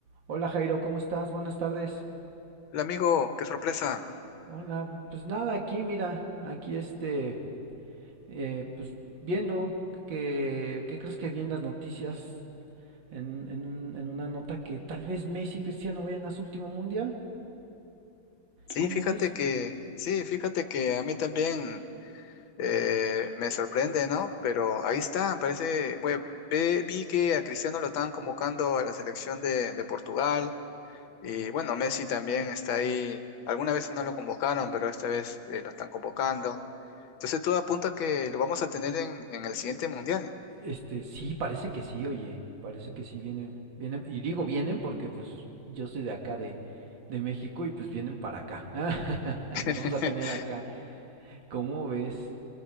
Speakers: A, on the right; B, on the left.
A: Hola Jairo, ¿cómo estás? Buenas tardes.
B: Hola amigo, qué sorpresa.
A: Hola, pues nada, aquí mira, aquí este, eh, pues viendo que, ¿qué crees que vi en las noticias en, en un- en una nota que tal vez Messi y Cristiano vayan a su último mundial?
B: Sí,
A: ¿Cómo
B: fíjate
A: ves?
B: que, sí, fíjate que a mí también eh, me sorprende, ¿no? Pero ahí está, parece, bueno, ve- vi que a Cristiano lo estaban convocando a la selección de, de Portugal y bueno, Messi también está ahí. Algunas veces no lo convocaron, pero esta vez eh, lo están convocando. Entonces todo apunta a que lo vamos a tener en, en el siguiente mundial.
A: Este, sí, parece que sí, oye, parece que sí vienen, vienen, y digo vienen porque pues yo soy de acá de, de México y pues vienen para acá. <laughs> Los
B: <laughs>
A: vamos a tener acá. ¿Cómo ves?